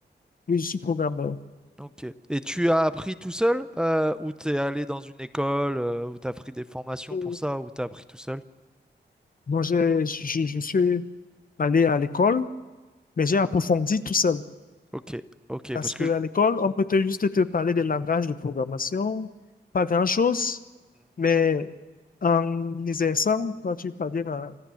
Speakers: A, on the left; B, in the centre.
A: Oui, je suis programmeur.
B: Ok. Et tu as appris tout seul euh, ou t'es allé dans une école euh, ou t'as pris des formations
A: Mm.
B: pour ça ou t'as appris tout seul?
A: Donc, j'ai- je, je, je suis allé à l'école, mais j'ai approfondi tout seul.
B: Ok, ok,
A: Parce
B: parce que
A: qu'à l'école, on peut te, juste te parler des langages de programmation, pas grand-chose,
B: je-
A: mais en exerçant, toi, tu parviens à,